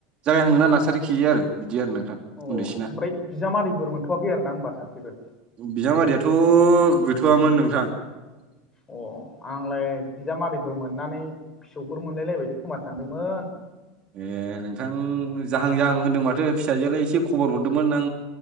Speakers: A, on the right (about 35°); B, on the left (about 20°).
A: जाया होनदोंना नार्सारि खियो आरो बिदि आरो नोंथां
B: अ ओमफ्राय
A: उन्दैसिना
B: बिजामादैफोर मोनथ'वाखै आरो ना होनबा सासेबो
A: बिजामादैयाथ' गैथ'वाममोन नोंथां
B: अ आंलाय बिजामादैफोर मोननानै फिसौफोर मोनलायलायबायसो खोमा सानदोंमोन
A: ए नोंथां जाहां जाहां होनदों माथो फिसाजोआलाय एसे खबर हरदोंमोन आं